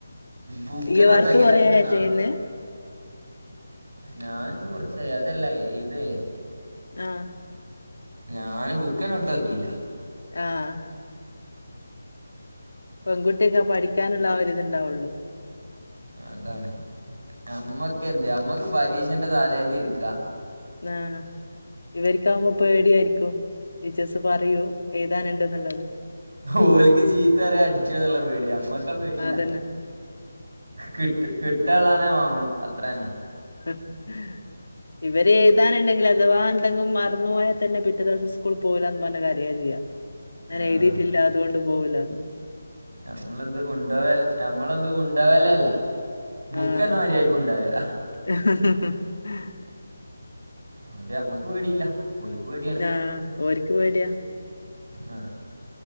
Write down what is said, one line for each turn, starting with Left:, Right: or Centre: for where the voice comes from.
Right: ബുക്ക്
Left: യ
Right: നോട്ടാക്കിയില്ല
Left: വർക്ക് കൊറയായ
Right: പിന്നെ നാ
Left: ചെയ്ന്നെ
Right: ഞാനിപ്പോ കുറച്ചായി അതല്ലേ ഇത്
Left: ആഹ്
Right: ഞാന് ബുക്കെനെ തൊട്ടോക്കീല.
Left: ആഹ് പെൺകുട്ടിക്ക് പഠിക്കാനുള്ള ആ ഒരിത് ഇതുണ്ടാവൊള്ളു
Right: അതാണ് നമ്മക്കെന്ത് നമ്മക്ക് പരീക്ഷന്റെ തലേന്ന് ഇരിക്കാ
Left: ആ ഇവര്ക്കാവുമ്പോ പേടിയാരിക്കും ടീച്ചേഴ്സ് പറയും എഴുതാനുണ്ടെന്നുള്ളത്
Right: ഓലിക്ക് ചീത്ത പറയോ അടിക്കൊന്നുള്ള പേടിയാ ഞമ്മക്കാ പേടിയില്ല
Left: ആ അതന്നെ
Right: കിട്ട് കിട്ടാനുള്ളേ വാങ്ങും അത്രന്നെ
Left: <inaudible> ഇവര് എഴുതാനുണ്ടെങ്കിൽ അഥവാ എന്തെങ്കിലും മറന്നു പോയാൽ തന്നെ പിറ്റത്തെ ദിവസം സ്കൂളിൽ പോകില്ലാന്ന് പറഞ്ഞ് കരയാ ചെയ്യാ ഞാൻ
Right: ആ
Left: എഴുതിയിട്ടില്ല അതുകൊണ്ട് പോവൂല്ലാന്ന്
Right: നമ്മളെന്ത് കൊണ്ടാവല്ല നമ്മളെന്ത് കൊണ്ടുപോവലേല്ല ബുക്ക്
Left: ആഹ്.
Right: തന്നെ മര്യാദക്ക് കൊണ്ടോവലില്ല
Left: <inaudible>
Right: അതോണ്ട് നമ്മക്ക് പേടിയില്ല ഓലിക്ക് പേടിയാണ്
Left: ആ ഓര്ക്ക് പേടിയാ
Right: ആ